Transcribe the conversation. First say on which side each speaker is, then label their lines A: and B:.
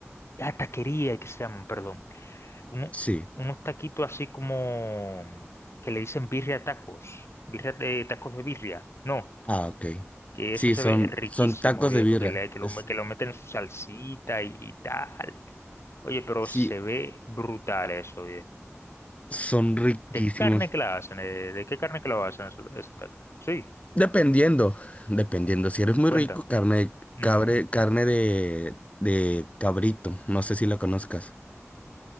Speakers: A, on the left; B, on the left.
A: ah, taquería, que se llaman, perdón uno-
B: Sí,
A: unos taquitos así como que le dicen birria tacos, birria de tacos de birria, no,
B: ah, ok.
A: que
B: Sí,
A: eso se
B: son,
A: ve riquísimo,
B: son tacos
A: viejo,
B: de birra.
A: que, le- que lo,
B: Es-
A: me- que lo meten en su salsita y, y tal. Oye, pero
B: sí,
A: se ve brutal eso, viejo.
B: son riquísimos.
A: ¿De carne que la hacen? eh? ¿De qué carne que lo hacen eso- esos tacos? Sí,
B: Dependiendo, dependiendo. Si eres muy
A: cuéntame.
B: rico, carne de
A: Ujú.
B: cabre, carne de, de cabrito. No sé si la conozcas.